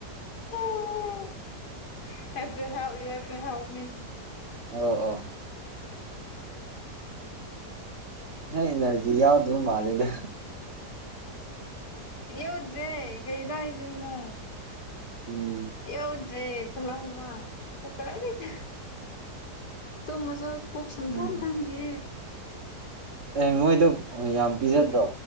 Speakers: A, on the left (about 75°); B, on the right (about 70°).
A: ꯑꯣ ꯏꯠꯇ ꯍꯥꯎꯥꯎ ꯏꯛꯇ ꯍꯥꯎꯥꯎ ꯃꯤ
B: ꯑꯣ ꯑꯣ ꯅ ꯅꯖꯤ ꯌꯥꯎꯗꯕ ꯃꯥꯜꯂꯦꯗ
A: ꯌꯎꯗ꯭ꯔꯦ ꯀ ꯏꯗ ꯏꯗꯅꯣ
B: ꯎꯝ
A: ꯑꯦꯎ ꯔꯦ ꯐꯨꯂꯝ ꯇꯨꯀꯅꯤꯁ ꯇꯧ ꯃꯁꯨ ꯄꯣꯛꯁꯨꯝ
B: ꯎꯝ
A: ꯇꯥꯟ ꯊꯥꯟꯗꯦ
B: ꯑꯦ ꯅꯣꯏꯗꯣ ꯌꯥꯝ ꯄꯤꯖꯗ꯭ꯔꯣ